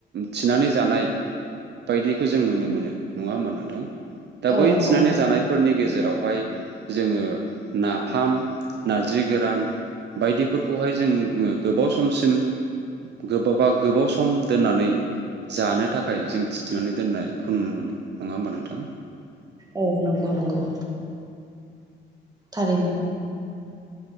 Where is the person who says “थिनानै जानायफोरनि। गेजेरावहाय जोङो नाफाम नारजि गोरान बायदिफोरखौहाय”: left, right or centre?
Right